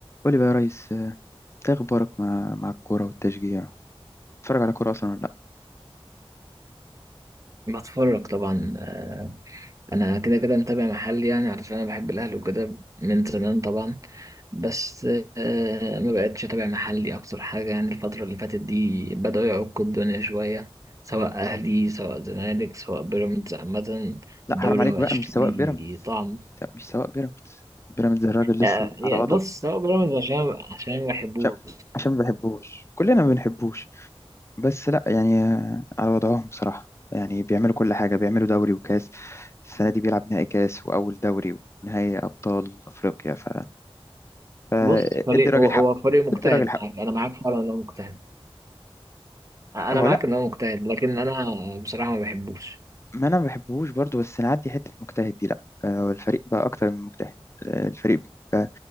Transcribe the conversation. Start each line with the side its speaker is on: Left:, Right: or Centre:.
Left: قولي بقى يا ريس آه، إنت ايه اخبارك مع مع الكوره والتشجيع بتتفرج على كوره اصلا ولا لا
Right: بتفرج طبعا آه، انا كده كده متابع محلي يعني علشان انا بحب الاهلي وكده من زمان طبعا بس آه، ما بقتش اتابع محلي اكتر حاجه يعني الفتره اللي فاتت دي بدأوا يعكوا الدنيا شويه سواء اهلي سواء زمالك سواء بيراميدز عامه
Left: لا
Right: الدوري
Left: حرام عليك
Right: ما بقاش
Left: بقى مش سواق
Right: ليه
Left: بيراميدز
Right: طعم
Left: لا مش سواق بيراميدز بيراميدز الراجل لسه
Right: آه، يا
Left: على وضعه
Right: بص سواء بيراميدز عشان عشان ما بحبوش
Left: عشان عشان ما بحبوش كلنا ما بنحبوش بس لا يعني آه، على وضعهم بصراحه يعني بيعملوا كل حاجه بيعملوا دوري وكاس السنه دي بيلعب نهائي كاس واول دوري ونهائي ابطال افريقيا ف فادي
Right: بص فريق
Left: الراجل
Right: هو هو
Left: حقه
Right: فريق مجتهد
Left: ادي الراجل حقه
Right: يعني انا معاك فعلا انه مجتهد انا
Left: هو
Right: معاك
Left: لا
Right: ان هو مجتهد لكن انا بصراحه ما بحبوش
Left: ما انا ما بحبهوش برضو بس نعدي حته مجتهد دي لا آه، الفريق بقى اكتر من مجتهد آه، الفريق بقى,